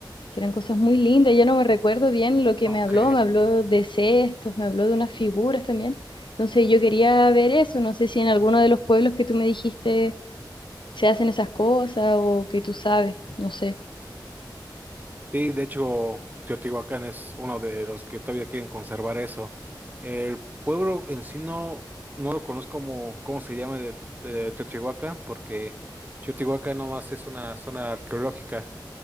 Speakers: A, on the left; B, on the right.
A: que eran cosas muy lindas. Ya no me recuerdo bien lo que
B: ok.
A: me habló, me habló de cestos, me habló de unas figuras también. Entonces yo quería ver eso, no sé si en alguno de los pueblos que tú me dijiste se hacen esas cosas o que tú sabes, no sé.
B: Sí, de hecho, Teotihuacán es uno de los que todavía quieren conservar eso. El pueblo en sí no, no lo conozco como cómo se llama de, de Teotihuacán, porque Teotihuacán nomás es una zona arqueológica,